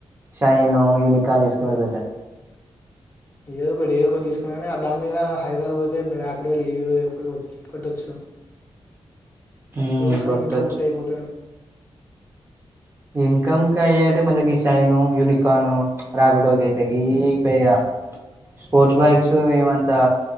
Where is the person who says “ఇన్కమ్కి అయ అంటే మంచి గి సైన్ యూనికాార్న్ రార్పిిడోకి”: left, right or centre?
Right